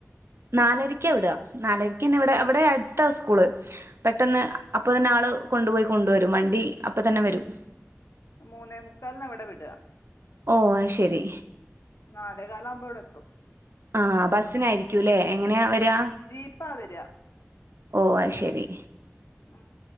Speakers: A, on the right; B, on the left.
A: നാലരരിക്ക ഇവിട നാലര പിന്നെ ഇവിടെ അവിടെ
B: ആഹ്
A: അടുത്ത സ്കൂ സ്കൂളപെട്ടെന്ന് അപ്പ തന്നെ ആള് കൊണ്ടുപോയി കൊണ്ട വരും വണ്ടി അപ്പ തന്നെ വരും
B: മൂന്നേ മുക്കാലന് ഇവിടെ വിടുക
A: ഓ അത് ശെരി
B: നാലേ കാലാവുമ്പോ ഇവിടെ എത്തും
A: ആഹ ബസ്സിനായിരിക്കൂല്ലേ എങ്ങനെയാ വരാ
B: ജീപ്പ വരാ
A: ഓ അത് ശെരി
B: ആഹ